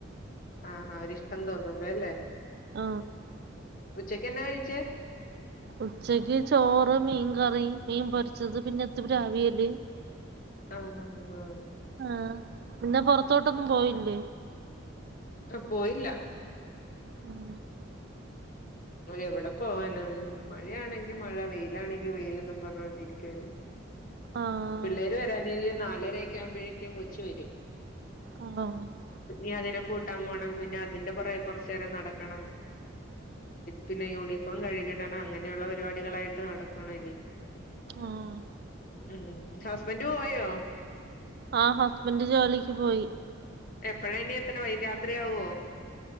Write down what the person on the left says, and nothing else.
ആ ഒരിഷ്ടം തോന്നുമ്പോ വേല്ലേ
ഉച്ചക്ക് എന്നാ കഴിച്ചേ
ആഹ് ആഹ ആഹ്
അ പോയില്ല
എവിടെ പോവാന മഴയാ ആണെങ്കിൽ മഴ വെയിലാണെങ്കിൽ വെയിൽ പറഞ്ഞൊണ്ടിരിക്കുവല്ലേ
പിള്ളേര് വരാൻ ഇനി രക്കെ ആവുമ്പോഴേക്കും കൊച്ചു വരും
ഇനി അതിനെ കൂട്ടാൻ പോണം പിന്നെ അതിന്റെ പുറകെ കുറച്ച നേരം നടക്കണം പിന്നെ യൂണിഫോം കഴുകി ഇട ടണം അങ്ങനെയുള്ള പരിപാടികളായിട്ട് നടക്കണം ഇനി
ആഹ ഹുസ്ബൻറ് പോയോ
എപ്പഴാ ഇനി എത്ത ഇനി വൈ രാത്രിയാവുവോ